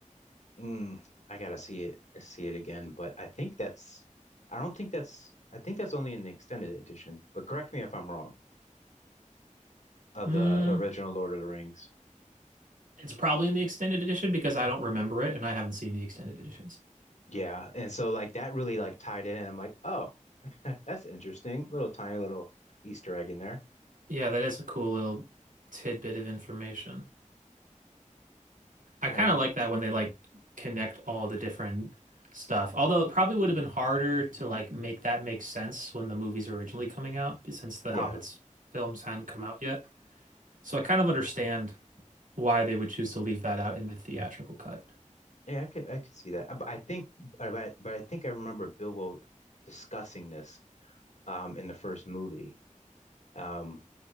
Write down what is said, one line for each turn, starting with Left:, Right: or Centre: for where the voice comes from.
Left: mm, I gotta see it see it again, but I think that's I don't think that's I think that's only in the extended edition. But correct me if I'm wrong of
Right: Mm,
Left: the original Lord of the Rings.
Right: it's probably in the extended edition because I don't remember it and I haven't seen the extended editions.
Left: Yeah, and so like that really like tied it and I'm like, oh, <laughs> that's interesting. Little tiny little Easter egg in there,
Right: Yeah, that is a cool little tidbit of information. I kind
Left: and um,
Right: of like that when they like connect all the different stuff. Although it probably would have been harder to like make that make sense when the movie's were originally coming out since the
Left: yeah.
Right: Hobbit's films hadn't come out yet. So I kind of understand why they would choose to leave that out in the theatrical cut.
Left: Yeah, I could I could see that. Uh, But I think but I, but I think I remember Bilbo discussing this um in the first movie. Um